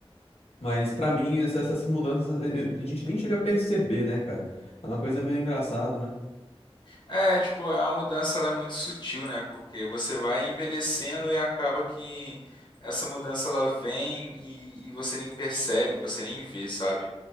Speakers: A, on the left; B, on the left.
A: Mas pra mim, essa- essas mudanças a a- a gente nem chega a perceber, né, cara? É uma coisa meio engraçada, né?
B: É, tipo, a mudança ela é muito sutil, né? Porque você vai envelhecendo e acaba que essa mudança ela vem e, e você nem percebe, você nem vê, sabe?